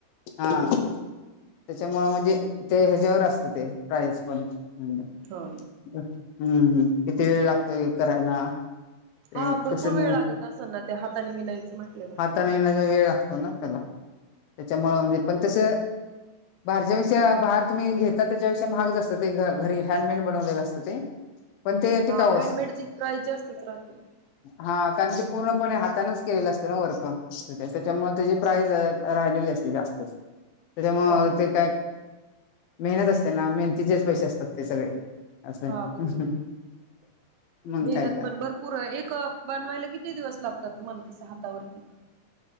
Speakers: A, on the left (about 85°); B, on the right (about 85°).
A: हा
B: हम् ह
A: त्याच्यामुळं म्हणजे ते ह्याच्यावर असतं ते प्राईस पण म्ह
B: हो
A: हम्म किती वेळ लागतोय करायला. ते
B: हा भरपूर
A: तुस
B: वेळ
A: म
B: लागत असेल ना ते हाताने विनायचं म्हटल्यावर
A: हाताने विणायला वेळ लागतो.. त्याला त्याच्यामुळे म्हणजे पण तस... बाहेरच्यापेक्षा बाहेर तुम्ही घेता त्याच्याविषयी महाग असतं ते घरी हँडमेन बनवलेलं असतं ते... पण ते
B: हा
A: टिकाऊ
B: हँडमेडची
A: असत.
B: प्राईज जास्तच राहते हो
A: हा कारण ते पूर्णपणे हातानच केलेलं असतं ना वर्क... त्याच्यामुळे त्याची प्राईज राहिलेली असते जास्तच त्याच्यामुळे
B: हो
A: ते काय.... मेहनत असते ना मेहनतीचेच पैसे असतात ते सगळे.... असं आहे
B: हा बरोबर ना
A: मग
B: मेहनत
A: काय तर....
B: पण भरपूर एक बनवायला किती दिवस लागतात तुम्हाला तस हातावरती....